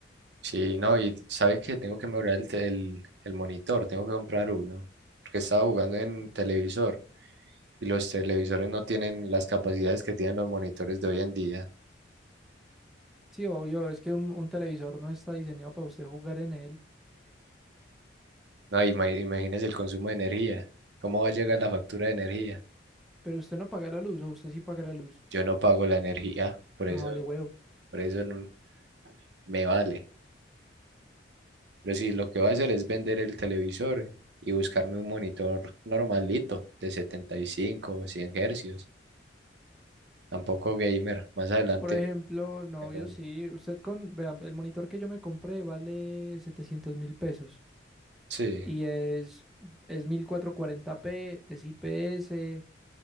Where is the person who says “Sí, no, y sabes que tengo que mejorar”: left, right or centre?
Right